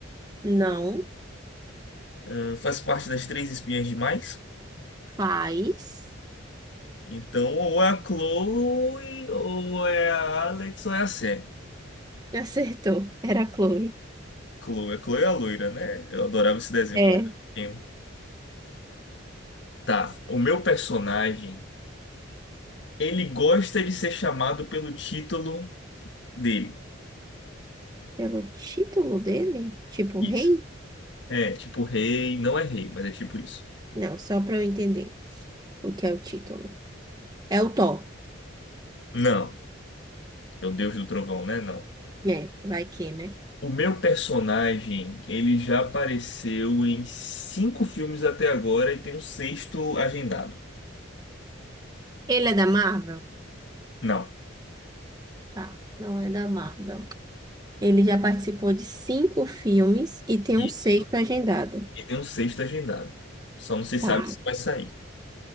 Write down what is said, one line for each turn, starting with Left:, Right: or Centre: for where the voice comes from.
Right: Não
Left: ahn, faz parte das Três Espiãs Demais.
Right: faz.
Left: Então, ou é a Chloe, ou é a Alex, ou é a Sam.
Right: <laughs> Acertou. Era a Chloe.
Left: Chloe, a Chloe é a loira, né? Eu adorava esse desenho
Right: É.
Left: quando era pequeno. Tá, o meu personagem, ele gosta de ser chamado pelo título dele.
Right: Pelo título dele? Tipo
Left: Isso.
Right: rei?
Left: É, tipo rei, não é rei, mas é tipo isso.
Right: Não, só pra eu entender o que é o título. É o Thor,
Left: Não, é o Deus do Trovão, né? Não.
Right: né? Vai que, né?
Left: O meu personagem, ele já apareceu em cinco filmes até agora e tem um sexto agendado.
Right: Ele é da Marvel?
Left: Não.
Right: Tá, não é da Marvel. Ele já participou de cinco filmes e tem
Left: Isso.
Right: um sexto agendado.
Left: E tem um sexto agendado. Só não se
Right: Tá,
Left: sabe se vai sair.